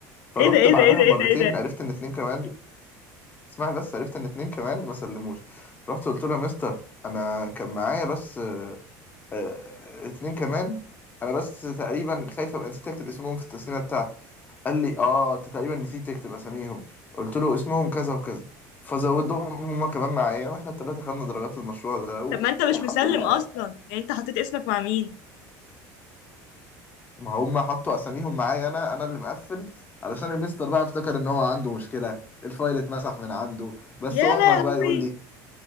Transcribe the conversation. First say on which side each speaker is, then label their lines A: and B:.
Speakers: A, on the left (about 20°); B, on the left (about 75°).
A: فروحت
B: ايه ده ايه
A: بعدها
B: ده ايه ده
A: مرتين
B: ايه ده ايه ده
A: عرفت ان اتنين كمان اسمعي بس عرفت ان اتنين كمان ما سلموش فرحت قلت له يا مستر انا كان معايا بس آه، اتنين كمان انا بس تقريبا خايف ابقى نسيت اكتب اسمهم في التسليمه بتاعتي قال لي اه انت تقريبا نسيت تكتب اساميهم قلت له اسمهم كذا وكذا فزودهم هما كمان معايا واحنا التلاته خدنا درجات المشروع ده و...
B: طب ما انت مش
A: والحمد
B: مسلم
A: لله
B: اصلا
A: يعني
B: يعني انت حطيت اسمك مع مين
A: ما هم حطوا اساميهم معايا انا انا اللي مقفل علشان المستر بقى افتكر ان هو عنده مشكله الفايل اتمسح من عنده بس
B: يا
A: احرج
B: لهوي
A: بقى يقول لي